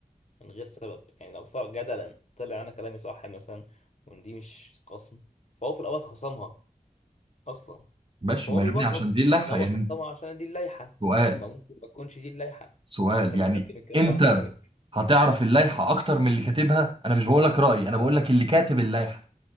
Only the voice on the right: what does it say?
ماشي
ما
يا ابني عشان دي اللائحه
يعني
انت
سؤال
سؤال
يعني
انت
هتعرف اللائحه اكتر من اللي كاتبها انا مش بقول لك رايي انا بقول لك اللي كاتب اللائحه